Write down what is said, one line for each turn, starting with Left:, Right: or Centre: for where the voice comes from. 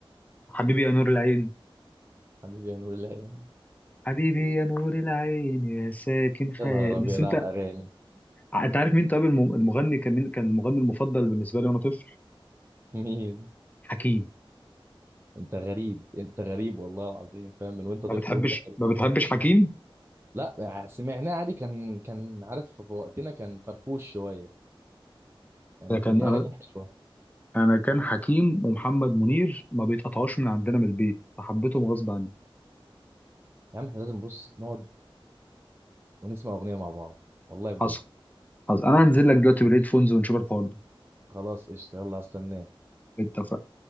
Left: حبيبي يا نور العين
Right: حبيبي يا نور الله
Left: حبيبي يا نور العين يا ساكن خيال
Right: يا نهار ابيض
Left: بس انت
Right: على الاغاني
Left: انت عارف مين طيب الم- المغني كان مين كان المغني المفضل بالنسبه لي وانا طفل
Right: مين
Left: حكيم
Right: انت غريب انت غريب والله العظيم فاهم من وانت
Left: ما
Right: طفل
Left: بتحبش
Right: وانت غريب
Left: ما بتحبش حكيم
Right: لا يعني سمعناه عادي كان كان عارف في وقتنا كان فرفوش شويه يعني
Left: ده كان
Right: كان ليه
Left: انا
Right: اغاني حلوه
Left: انا كان حكيم ومحمد منير ما بيتقطعوش من عندنا من البيت فحبيتهم غصب عني
Right: يا عم احنا لازم بص نقعد ونسمع اغنيه مع بعض والله بجد
Left: حصل حصل انا هنزل لك دلوقتي بالهيدفونز ونشوف الحوار ده
Right: خلاص قشطه يلا هستناك
Left: اتفقنا